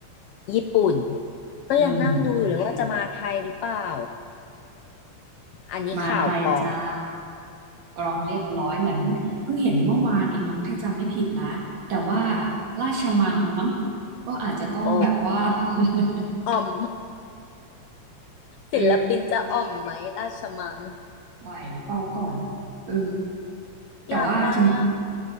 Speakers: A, on the left; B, on the right.
A: ญี่ปุ่นก็ยังนั่งดูอยู่เลยว่าจะมาไทยหรือเปล่า
B: อืม
A: อันนี้ข่าวกอง
B: มาไทยจ้ากรองเรียบร้อยเหมือนเพิ่งเห็นเมื่อวานเองมั้งถ้าจำไม่ผิดนะแต่ว่าราชมังมั้งก็อาจจะต้องแบบว่า
A: โอ้
B: <laughs>
A: อ่อม
B: เออ
A: ศิลปินจะอ่อมไหมราชมัง
B: ไหวเปล่าก่อนเออ แต่ว่าจริง
A: อยากไปอ่ะ